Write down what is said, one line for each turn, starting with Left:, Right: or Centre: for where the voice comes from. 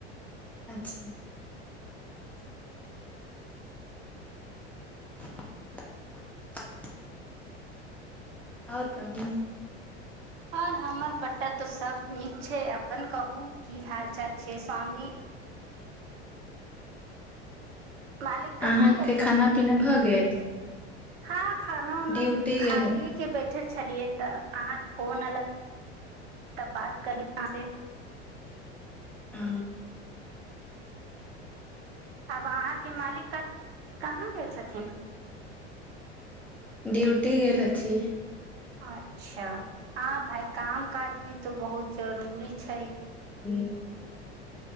Centre: अच्छा
Right: <inaudible>
Centre: <inaudible> आओर केहु
Right: आओर हमर बटा तो सब नीक छै अपन कहू की हाल चाल छै स्वामी मालिक कहाँ
Centre: अहाँके
Right: गेल छथिन
Centre: खाना पीना भऽ गेल
Right: हँ खाना उना
Centre: ड्यूटी
Right: खाइए
Centre: गेल
Right: बैठल छलियै तऽ अहाँके फोन एल तऽ बात क <unintelligible>
Centre: आ
Right: आब अहाँकेऊ मालिक कहाँ गेल छथिन
Centre: डियुटी गेल हेथी
Right: अच्छा हँ भाइ काम काज भी तऽ बहुत जरूरी छै
Centre: हु